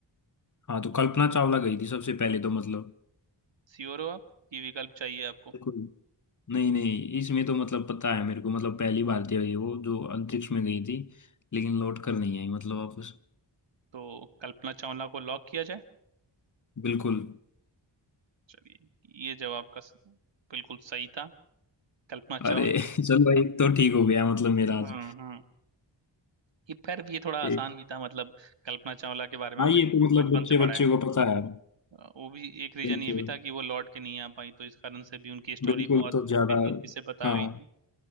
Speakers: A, on the left (about 40°); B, on the right (about 70°).
A: हाँ तो कल्पना चावला गई थी सबसे पहले तो मतलब
B: श्योर हो आप ये विकल्प चाहिए आपको
A: बिल्कुल। नहीं नहीं इसमें तो मतलब पता है मेरे को मतलब पहली भारतीय हुई वो जो अंतरिक्ष में गई थी लेकिन लौट कर नहीं आई मतलब वापस
B: तो कल्पना चावला को लॉक किया जाए
A: बिल्कुल
B: चलिए ये जवाब का स- बिल्कुल सही था कल्पना चावला
A: अरे <laughs> चलो एक तो ठीक हो गया मतलब मेरा आज
B: हम्म हम्म ये फिर भी ये थोड़ा
A: एक-
B: आसान भी था मतलब कल्पना चावला के बारे में
A: हाँ
B: हमने
A: ये
B: बहुत
A: तो मतलब
B: बचपन
A: बच्चे
B: से पढ़ा
A: बच्चे
B: है
A: को पता है
B: अ, वो भी एक रीजन
A: बिल्कुल
B: ये भी था कि वो लौट के नहीं आ पाई तो इस कारण से भी उनकी स्टोरी
A: बिल्कुल
B: बहुत
A: तो ज्यादा
B: दिलचस्पी से बता
A: हाँ
B: गई थी